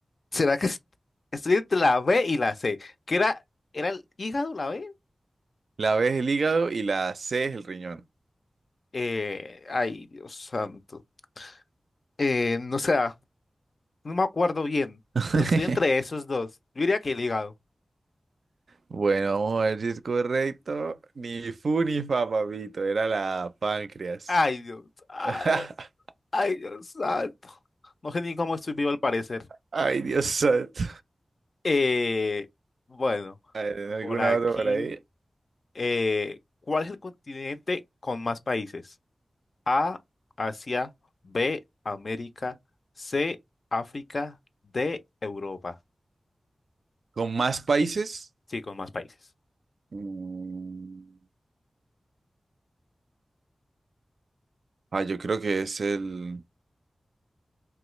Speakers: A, on the left; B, on the right.
A: ¿Será que es- estoy entre la B y la C? ¿Qué era? ¿Era el hígado la B?
B: La B es el hígado y la C es el riñón.
A: Eh, ay, Dios santo. Eh, no sé, ah, no me acuerdo bien,
B: <laughs>
A: pero estoy entre esos dos. Yo diría que el hígado.
B: Bueno, vamos a ver si es correcto. Ni fu ni fa, papito. Era la páncreas.
A: Ay, Dios. Ay,
B: <laughs>
A: ay, Dios santo. No sé ni cómo estoy vivo al parecer.
B: Ay, Dios santo.
A: Eh, bueno,
B: A ver, ¿en alguna
A: por aquí.
B: otra por ahí?
A: eh, ¿cuál es el continente con más países? A, Asia, B, América, C, África, D, Europa.
B: ¿Con más países?
A: Sí, con más países.
B: Mm. Ah, yo creo que es el...